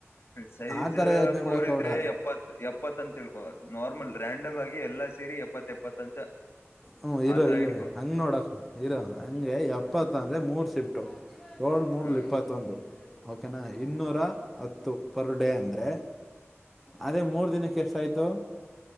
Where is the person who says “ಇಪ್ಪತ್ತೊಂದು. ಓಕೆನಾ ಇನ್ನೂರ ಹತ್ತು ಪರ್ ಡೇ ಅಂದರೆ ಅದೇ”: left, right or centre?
Centre